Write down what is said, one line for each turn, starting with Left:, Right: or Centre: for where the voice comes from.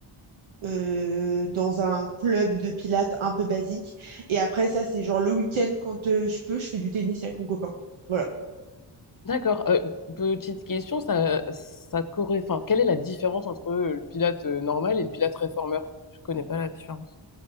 Right: euh, dans un club de pilates un peu basique. Et après, ça, c'est genre le week-end, quand euh, je peux, je fais du tennis avec mon copain. Voilà.
Left: D'accord. Euh, petite question, ça, ça corré- Enfin, quelle est la différence entre euh, le pilate euh, normal et le pilate réformeur? Je connais pas la différence.